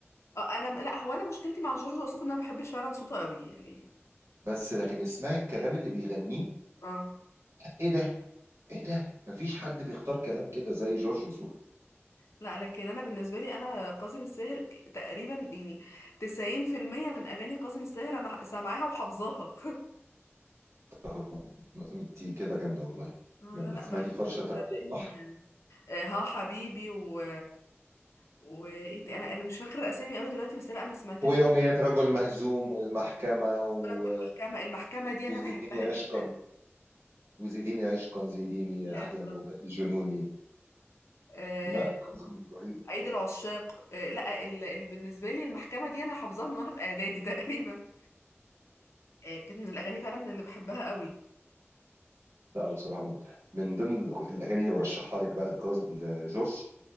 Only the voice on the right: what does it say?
بس لكن اسمعي الكلام اللي بيغنيه
إيه ده إيه ده مفيش حد بيختار كلام كده زي جورج وسوف
طب انت كده جامده والله
جامده
سمعتي
فرشه
رجل
البحر
ويوميات
رجل مهزوم والمحكمه و...
وزيديني
عشقا
وزيديني عشقا زيديني
يا احلى نوبه
جنوني
لا كاظم ابراهيم
لا هو بصراحه مبدع من ضمن الأغ- الاغاني اللي برشحها لك بقى لكاظ- لجورج